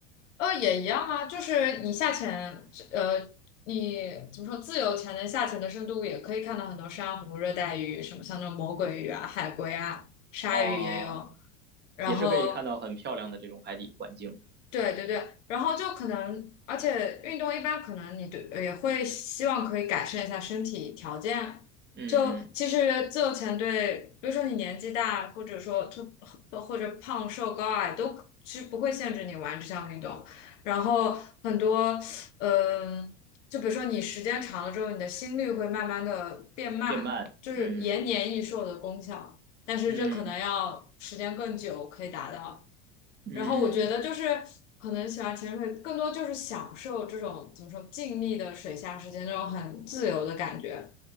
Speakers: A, on the left; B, on the right.
A: 呃，也一样啊，就是你下潜，呃，你怎么说，自由潜的下潜的深度也可以看到很多珊瑚、热带鱼，什么像那种魔鬼鱼啊、海龟啊、鲨鱼也有，
B: 啊，
A: 然后。
B: 也是可以看到很漂亮的这种海底环境。
A: 对对对，然后就可能，而且运动一般可能你对也会希望可以改善一下身体条件。
B: 嗯。
A: 就其实自由潜对，比如说你年纪大，或者说特或者胖瘦高矮都其实不会限制你玩这项运动。然后很多，嗯、就比如说你时间长了之后，你的心率会慢慢的变慢，
B: 变慢，
A: 就是延年益寿的功效。
B: 嗯
A: 但是这可能要时间更久可以达到。
B: 嗯嗯，
A: 然后我觉得就是可能喜欢潜水，更多就是享受这种怎么说静谧的水下时间，那种很自由的感觉，